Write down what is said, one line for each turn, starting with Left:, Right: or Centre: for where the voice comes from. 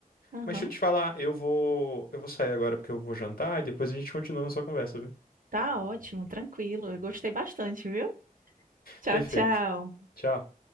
Right: Aham.
Left: Mas deixa eu te falar, eu vou eu vou sair agora porque eu vou jantar e depois a gente continua a nossa conversa, viu?
Right: Tá ótimo, tranquilo. Eu gostei bastante, viu? Tchau,
Left: Perfeito.
Right: tchau.
Left: Tchau.